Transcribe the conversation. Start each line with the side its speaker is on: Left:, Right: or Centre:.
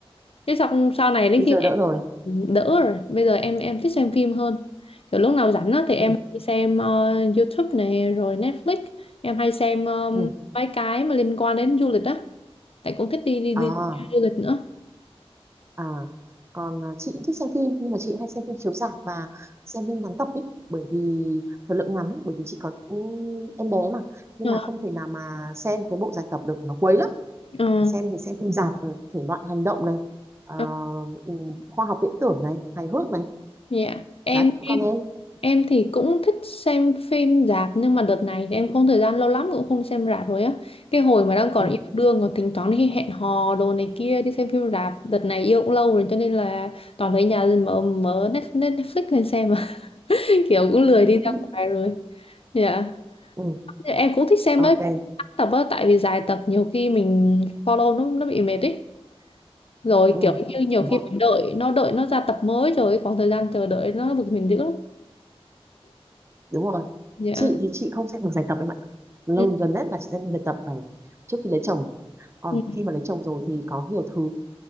Left: cái xong sau này đến
Right: bây giờ
Left: khi mà
Right: đỡ
Left: em
Right: rồi
Left: đỡ rồi bây giờ em em thích xem phim hơn kiểu lúc nào rảnh á thì em
Right: ừ
Left: hay xem ờ, YouTube này rồi Netflix em hay xem ờ,
Right: ừ
Left: mấy cái mà liên quan đến du lịch á tại cũng thích đi đi đi
Right: à
Left: du lịch nữa
Right: à còn à, chị cũng thích xem phim nhưng mà chị hay xem phim chiếu rạp và xem phim ngắn tập ý bởi vì thời lượng ngắn bởi vì chị có ừ, em bé mà nên
Left: Ờ,
Right: là không thể nào mà xem cái bộ dài tập được nó quấy lắm
Left: ờ,
Right: xem thì xem phim rạp rồi, thể loại hành động này à,
Left: ờ,
Right: ừ, khoa học viễn tưởng này hài hước này
Left: dạ Em
Right: đấy
Left: em
Right: còn em
Left: Em thì cũng thích xem phim rạp nhưng mà đợt này thì em không thời gian lâu lắm cũng không đi xem rạp rồi á. Cái hồi mà đang còn
Right: ừ
Left: yêu đương còn thỉnh thoảng đi hẹn hò đồ này kia đi xem phim rạp. Đợt này yêu cũng lâu rồi cho nên là toàn ở nhà mở mở Net- Net- Netflix lên xem mà <laughs> kiểu cũng lười
Right: <laughs>
Left: đi ra ngoài rồi. Dạ.
Right: ừ
Left: Em cũng thích xem
Right: ok
Left: mấy tập á tại vì dài tập nhiều khi mình follow nó nó bị mệt ấy. Rồi
Right: ừ
Left: kiểu như nhiều
Right: Đúng
Left: khi
Right: rồi.
Left: phải đợi nó đợi nó ra tập mới rồi khoảng thời gian chờ đợi nó bực mình dữ lắm.
Right: đúng rồi
Left: Dạ.
Right: chị thì chị không xem được giải tập em ạ lâu
Left: Ừ.
Right: gần nhất là chị xem giải tập phải trước khi lấy chồng còn
Left: Ừ.
Right: khi mà lấy chồng rồi thì có nhiều thứ